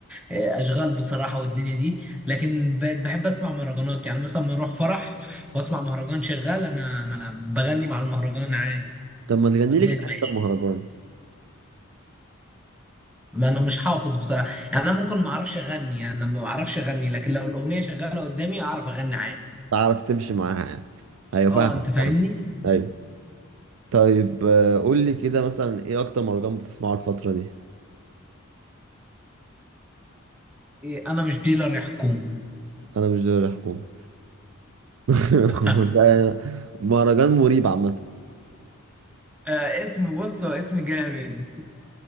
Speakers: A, in the centre; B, on the right (about 65°).
A: اشغال بصراحه والدنيا دي لكن بقيت بحب اسمع مهرجانات يعني مثلا ما اروح فرح واسمع مهرجان شغال انا انا بغني مع المهرجان عادي
B: طب ما تغني
A: والدنيا
B: لي كده
A: تبقى
B: حتة مهرجان
A: ما انا مش حافظ بصراحه يعني انا ممكن ما اعرفش اغني يعني انا ما اعرفش اغني لكن لو الاغنيه شغاله قدامي اعرف اغني عادي
B: تعرف تمشي معاها يعني ايوه
A: اه
B: فاهمك
A: انت فاهمني
B: فاهم ايوه طيب آه، قول لي كده مثلا ايه اكتر مهرجان بتسمعه الفترة دي
A: إيه انا مش ديلر يا حكومه
B: انا مش دوري الحكومة <laughs>
A: <laughs>
B: ده مهرجان مريب عامة
A: آه اسم بص هو اسم جامد